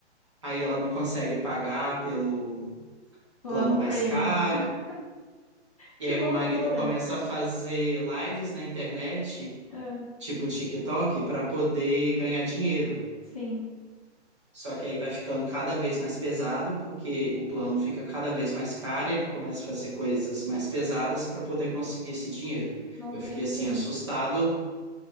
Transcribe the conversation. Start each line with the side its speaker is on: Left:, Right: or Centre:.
Right: Aí ela não consegue pagar pelo
Left: Plano
Right: plano
Left: premium.
Right: mais caro.
Left: <laughs> Que
Right: E aí
Left: loucura!
Right: o marido começa a fazer lives na internet,
Left: Ah,
Right: tipo TikTok, para poder ganhar dinheiro.
Left: sim,
Right: Só que aí vai ficando cada vez mais pesado, porque o plano fica cada vez mais caro, ele começa a fazer coisas mais pesadas para poder conseguir esse dinheiro.
Left: não
Right: Eu
Left: tem
Right: fiquei
Left: fim.
Right: assim assustado